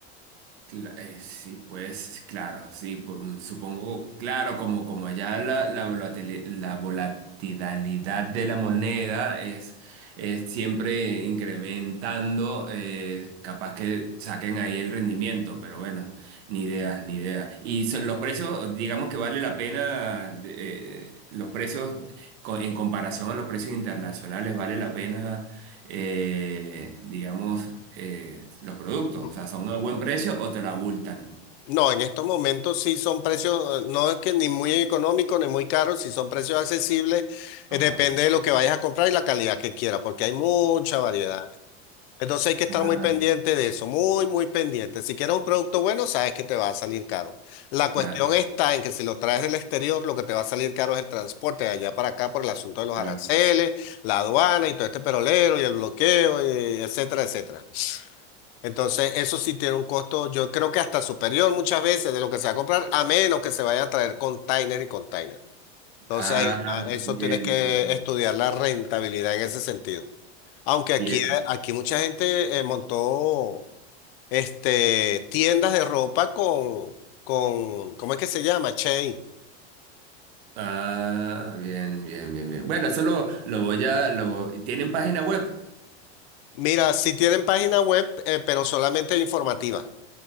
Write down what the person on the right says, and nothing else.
Cla- eh, sí, pues sí, claro, sí, pues, mm, supongo, claro, como, como allá la, la volatili- la volatilidad de la moneda es, es siempre incrementando, eh, capaz que saquen ahí el rendimiento, pero bueno, ni idea, ni idea. Y son los precios, digamos que vale la pena, de- eh, los precios co- en comparación a los precios internacionales, vale la pena eh, digamos, eh, los productos.
O sea, son a buen precio o te lo abultan.
Ajá.
Ah,
claro,
claro.
Ah,
bien,
bien, bien.
Bien.
Ah, bien, bien, bien, bien. Bueno, eso lo, lo voy a... Lo, ¿tienen página web?